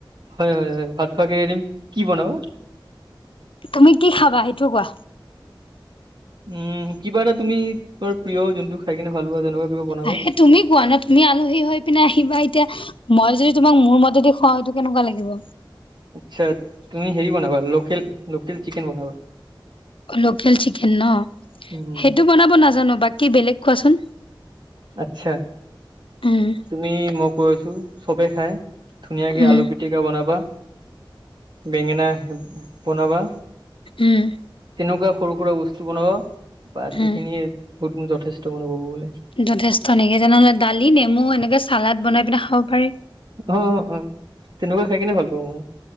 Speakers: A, on the right; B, on the left.
A: হয়, হয়, হয় ভাত খোৱা কে আনিম কি বনাবা?
B: তুমি কি খাবা, সেইটো কোৱা?
A: উম, কিবা এটা তুমি তোমাৰ প্ৰিয় যোনটো খাই কিনে ভাল পোৱা তেনেকুৱা কিবা বনাবা
B: আৰে, তুমি কোৱা ন তুমি আলহী হৈ পিনে আহিবা এতিয়া মই যদি তোমাক মোৰ মতেদি খুৱাওঁ সেইটো কেনেকুৱা লাগিব।
A: আচ্ছা, তুমি হেৰি বনাবা লোকেল লোকেল চিকেন বনাবা।
B: লোকেল চিকেন ন
A: উম
B: সেইটো বনাব নাজানো বাকী বেলেগ কোৱাচোন।
A: আচ্ছা,
B: উম
A: তুমি মই কৈ আছো চবে খাই। ধুনীয়াকে
B: উম
A: আলু পিটিকা বনাবা, বেঙেনা বনাবা।
B: উম,
A: তেনেকুৱা সৰু-সুৰা বস্তু বনাবা বাছ
B: উম
A: এইখিনিয়ে বহুত যথেষ্ট মন ক'ব গ'লে।
B: যথেষ্ট নেকি তেনেহ'লে দালি, নেমু এনেকে চালাদ বনাই পিনে খাব পাৰি।
A: অ', অ', অ', তেনেকুৱা খাই কেনে ভাল পাওঁ মই।